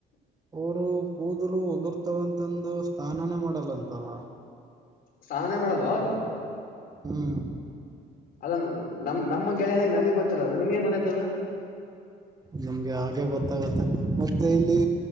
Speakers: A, on the right; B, on the left.
A: ಅವರು ಕೂದಲು ಉದುರ್ತವಂತಂದು ಸ್ನಾನಾನೇ ಮಾಡಲ್ಲಂತಲ್ಲ
B: ಸ್ನಾನಾನೆ ಮಾಡಲ್ವ ಅವರು
A: ಹ್ಮ್
B: ಅಲ್ಲ ನಮ್ಮ ನಮ್ಮ ಗೆಳೆಯನಾಗ ನಮಗೆ ಗೊತ್ತಿಲ್ಲದ ಅದು ನಿಮ್ಗೆ ಗೊತ್ತಾತದು
A: ನಿಮ್ಗೆ ಹಾಗೆ ಗೊತ್ತಾಗುತ್ತೆ ಮತ್ತೆ ಇಲ್ಲಿ